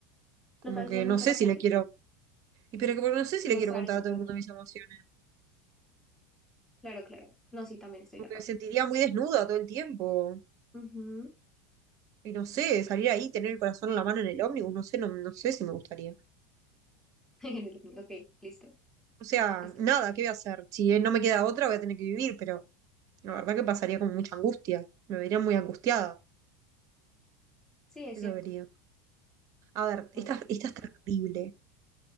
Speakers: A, on the right; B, in the centre.
A: Como
B: ¿No saldrías
A: que no
B: mucho
A: sé
B: a la
A: si
B: calle?
A: le quiero... Y pero que porque no sé si
B: Mostrar
A: le quiero contar
B: eso
A: a
B: a
A: todo
B: todo
A: el mundo
B: el mundo.
A: mis emociones.
B: Claro, claro. No, sí, también estoy
A: Como
B: de
A: que
B: acuerdo.
A: me sentiría muy desnuda todo el tiempo.
B: Ujú.
A: Y no sé, salir ahí, tener el corazón en la mano en el ómnibus, no sé, no, no sé si me gustaría.
B: <laughs> Género mío. Ok, listo,
A: O sea,
B: listo,
A: nada,
B: listo.
A: ¿qué voy a hacer? Si eh, no me queda otra, voy a tener que vivir, pero la verdad que pasaría con mucha angustia. Me vería muy angustiada.
B: Sí, es
A: Eso
B: cierto.
A: vería. A ver, esta,
B: Bueno.
A: esta es terrible.